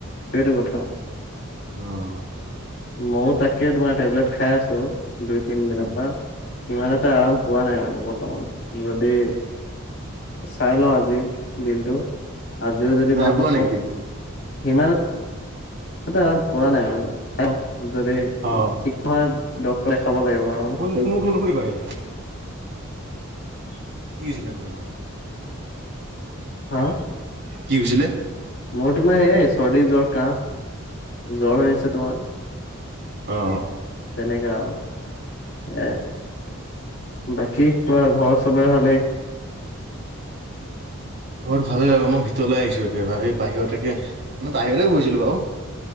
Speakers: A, on the left; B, on the right.
A: সেইটো কথা।
B: অ'।
A: মইও তাকে তোমাৰ টেবলেট খাই আছো, দুই তিনদিনৰ
B: উম,
A: পৰা। ইমানতে আৰাম পোৱা নাই মানে বৰ্তমান। যদি চাই লওঁ আজি দিনটো। আজিও যদি
B: নাই
A: ভাল
B: পোৱা
A: নাপাও
B: নেকি?
A: ইমান আৰাম পোৱা নাই মানে যদি ঠিক
B: অ'
A: নহয় ডক্টৰে খাব লাগিব আ
B: <unintelligible> এতিয়া।
A: <inaudible>
B: কি হৈছিলে <unintelligible>
A: হা।
B: কি হৈছিলে?
A: মোৰ তোমাৰ সেইয়ে চৰ্দি, জ্বৰ, কাহ, জ্বৰ হৈ আছে তোমাৰ।
B: অহ।
A: তেনেকা এ। বাকী তোমাৰ ঘৰ চবৰে ভালেই?
B: ঘৰত ভালে ৰবা মই ভিতৰলৈ আহিছো একে বাহি বাহিৰত একে মানে তাহিৰে বহিছিলোঁ বাও।